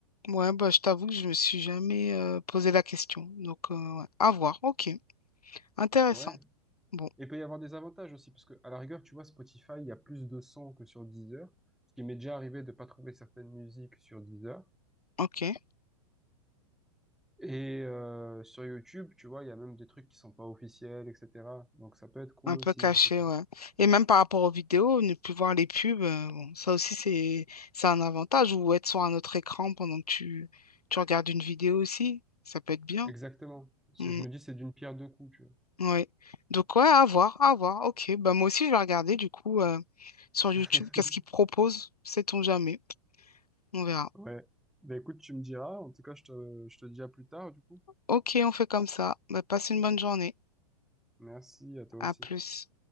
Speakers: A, on the left (about 75°); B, in the centre.
A: Ouais, bah, je t'avoue que je me suis jamais euh, posé la question. Donc, euh, ouais. à voir. OK. Intéressant.
B: Ouais.
A: Bon,
B: Et il peut y avoir des avantages aussi, parce que à la rigueur, tu vois, Spotify, il y a plus de sons que sur Deezer, ce qui m'est déjà arrivé de pas trouver certaines musiques sur Deezer.
A: OK.
B: Et euh, sur YouTube, tu vois, il y a même des trucs qui sont pas officiels, etc. Donc ça peut être cool
A: Un
B: aussi,
A: peu caché,
B: je sais pas.
A: ouais. Et même par rapport aux vidéos, ne plus voir les pubs, euh, bon, ça aussi, c'est, c'est un avantage. Ou être sur un autre écran pendant que tu, tu regardes une vidéo aussi, ça peut être bien.
B: Exactement. C'est-
A: Mm,
B: Je me dis, c'est d'une pierre deux coups, tu
A: ouais. Donc, ouais, à voir, à voir. OK. Bah, moi aussi, je vais regarder, du coup, euh, sur YouTube,
B: vois.
A: qu'est-ce qu'ils
B: <laughs>
A: proposent. Sait-on jamais. On verra.
B: Ouais. Ben écoute, tu me diras. En tout cas, je te, je te dis à plus tard, du coup.
A: OK, on fait comme ça. Bah, passe une bonne journée.
B: Merci à toi
A: À
B: aussi.
A: plus.